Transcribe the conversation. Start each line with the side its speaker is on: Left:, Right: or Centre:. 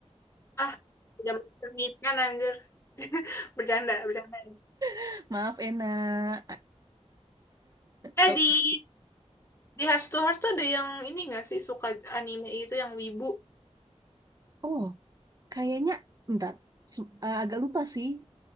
Left: ah udah mencerminkan anjir. <laughs> Bercanda, bercanda.
Right: <laughs> Maaf Ena. A-
Left: Eh
Right: tapi-
Left: di Di Hearts to Hearts tuh ada yang ini nggak sih suka anime itu yang wibu?
Right: Oh, kayaknya bentar. Su- eh, agak lupa sih.